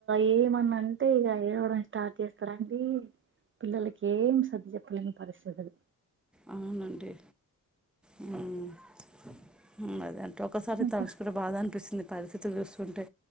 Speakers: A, on the right; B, in the centre.
A: ఏమన్నా అంటే ఇగ ఏడవడమే స్టార్ట్ చేస్తారండి పిల్లలకి ఏం సర్ది చెప్పలేని పరిస్థితి అది
B: అవునండి ఉ ఉ అదే నండి ఒక్కసారి
A: ఇంకా
B: తలుచుకుంటే బాధ అనిపిస్తుంది పరిస్థితులు చూస్తుంటే